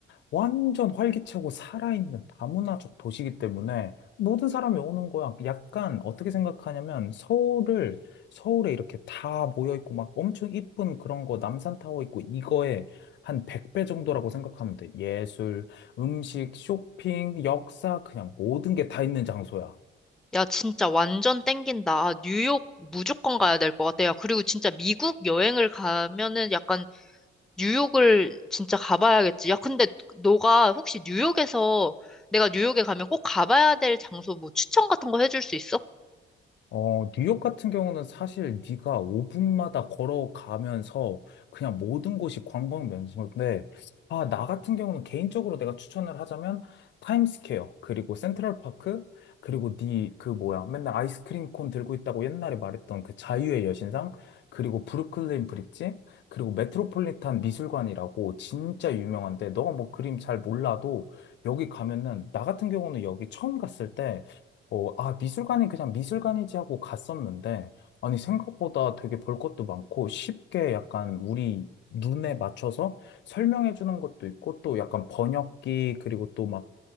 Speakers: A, on the left; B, in the centre.
A: 완전 활기차고 살아있는 다문화적 도시이기 때문에 모든 사람이 오는 거야. 약간 어떻게 생각하냐면 서울을, 서울에 이렇게 다 모여있고 막 엄청 이쁜 그런 거 남산타워 있고 이거에 한 100배 정도라고 생각하면 돼. 예술, 음식, 쇼핑, 역사, 그냥 모든 게 다 있는 장소야.
B: 야, 진짜 완전 땡긴다. 아, 뉴욕 무조건 가야 될 것 같아. 야, 그리고 진짜 미국 여행을 가면은 약간 뉴욕을 진짜 가봐야겠지. 야, 근데 너가 혹시 뉴욕에서 내가 뉴욕에 가면 꼭 가봐야 될 장소 뭐 추천 같은 거 해줄 수 있어?
A: 어, 뉴욕 같은 경우는 사실 네가 5분마다 걸어가면서 그냥 모든 곳이 관광 명소인데, 아, 나 같은 경우는 개인적으로 내가 추천을 하자면 타임스퀘어, 그리고 센트럴파크, 그리고 네 그 뭐야, 맨날 아이스크림 콘 들고 있다고 옛날에 말했던 그 자유의 여신상, 그리고 브루클린 브릿지, 그리고 메트로폴리탄 미술관이라고 진짜 유명한데, 너가 뭐 그림 잘 몰라도 여기 가면은, 나 같은 경우는 여기 처음 갔을 때 어, 아, 미술관이 그냥 미술관이지 하고 갔었는데, 아니, 생각보다 되게 볼 것도 많고, 쉽게 약간 우리 눈에 맞춰서 설명해 주는 것도 있고, 또 약간 번역기, 그리고 또 막